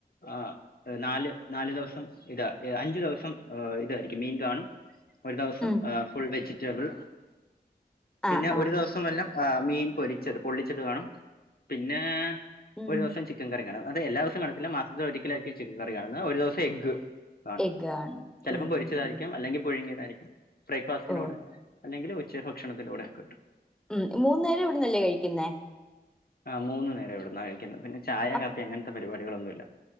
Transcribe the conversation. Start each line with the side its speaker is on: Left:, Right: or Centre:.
Left: ആ നാല് നാല് ദിവസം ഇതാ അഞ്ചു ദിവസം ഇതായിരിക്കും മീൻ കാണും ഒരു ദിവസം
Centre: ഉം
Left: ഫുൾ വെജിറ്റബിൾ പിന്നെ
Centre: ആഹ് ആഹ്
Left: ഒരു ദിവസം വല്ലാം ആഹ് മീൻ പൊരിച്ചത് പൊള്ളിച്ചത് കാണും പിന്നെ
Centre: ഉം
Left: ഒരു ദിവസം ചിക്കൻ കറി കാണുന്നത് അത് എല്ലാ ദിവസവും കണില്ല മാസത്തിലൊരിക്കലായിരിക്കും ചിക്കൻ കറി കാണുന്നത് ഒരു ദിവസം എഗ് ആണ്
Centre: എഗ് ആണ്
Left: ചിലപ്പം
Centre: ഉം
Left: പൊരിച്ചതായിരിക്കാം
Centre: ഉം ഉം
Left: അല്ലെങ്കിൽ പുഴുങ്ങിയതായിരിക്കും ബ്രേക്ക്ഫാസ്റ്റിനോട്
Centre: ഓ
Left: അല്ലെങ്കിൽ ഉച്ച ഭക്ഷണത്തിലൂടെ കിട്ടും
Centre: ഉം മൂന്ന നേരം ഇവിടുന്നല്ലേ കഴിക്കുന്നേ
Left: ആ് മൂന്നു നേരം ഇവിടന്നാണ് കഴിക്കുന്നത് പിന്നെ ചായ
Centre: അപ്
Left: കപ്പി അങ്ങനത്തെ പരിപാടികളൊന്നുല്ല